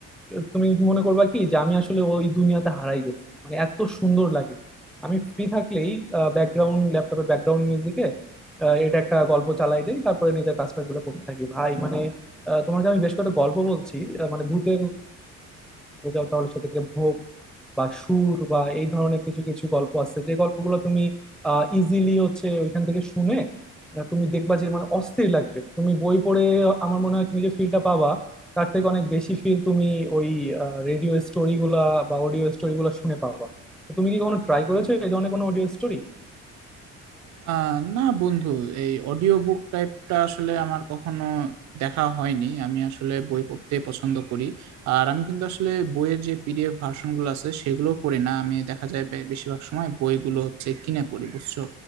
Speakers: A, in the centre; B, on the right.
A: আহ, তুমি মনে করবা কি যে আমি আসলে ওই দুনিয়াতে হারাই গেছি মানে এত সুন্দর লাগে আমি ফ্রি থাকলেই ব্যাকগ্রাউন্ড ল্যাপটপের ব্যাকগ্রাউন্ড মিউজিকে এটা একটা গল্প চালাই দেই তারপরে নিজের কাজটাগুলো করতে থাকি ভাই মানে আহ, তোমাকে আমি বেশ কয়েকটা গল্প বলছি আহ, মানে ভূতের যাও তাহলে সেক্ষেত্রে ভোগ বা সুর বা এই ধরনের কিছু কিছু গল্প আছে যে গল্পগুলো তুমি আহ ইজিলি হচ্ছে ওইখান থেকে শুনে আহ, তুমি দেখবা যে মানে অস্থির লাগবে তুমি বই পড়ে আমার মনে হয় তুমি যে ফিলটা পাবা তার থেকে অনেক বেশি ফিল তুমি ওই রেডিও স্টোরিগুলা বা অডিও স্টোরিগুলা শুনে পাবা তো তুমি কি কখনো ট্রাই করেছো এই ধরনের কোনো অডিও স্টোরি
B: আহ না বন্ধু এই অডিও বুক টাইপটা আসলে আমার কখনো দেখা হয়নি আমি আসলে বই পড়তে পছন্দ করি আর আমি কিন্তু আসলে বইয়ের যে পিডিএফ ভার্সন গুলো আছে সেগুলো পড়ি না আমি দেখা যায় বে- বেশিরভাগ সময় বইগুলো হচ্ছে কিনে পড়ি বুঝছো